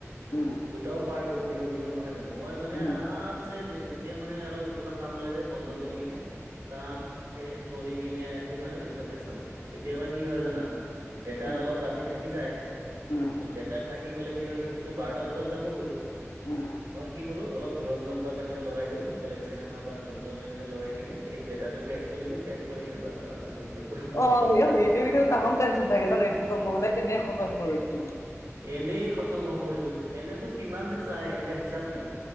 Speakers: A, on the left; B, on the right.
A: উম,
B: দুটাও পাৰ্ট বহুত দীঘল, দীঘল নহয় জানো, মই মানে
A: উম,
B: আৰামছে এতিয়া মানে আৰু কিবা কাম ওলাই যায়, বন্ধ কৰি কিনে, কাম
A: উম,
B: শেষ কৰি কিনে আহি মানে পিছতহে চাওঁ, কেতিয়াবা কি হয় জানা ডেটা
A: উম,
B: অলপ ৰাতি থাকি যায়,
A: উম,
B: ত ডেতাত থাকি গ'লে কি হ'য় সেইটোতো বাৰটা বজাত যাবগৈ।
A: উম।
B: মই কি কৰো অলপ ধুৰণধৰ বা তেনেকে লগাই দিওঁ, বেলেগ চিনেমা বা ধুৰণদৰ এনেকে লগাই কিনে, সেই ডেতাটো শেষ কৰি দিওঁ, খেক কৰি কিনে বছ আৰাম চে শুই থাকো।
A: অ' সেইটো কিন্তু তামাম টেনশ্যন থাকে ন, নেট খতম নহলে কেনেকে খতম কৰি দিম।
B: এনেই খতম হব, এইটো এনেতো কিমান যে যায় এনেকে হিচাপ নাই।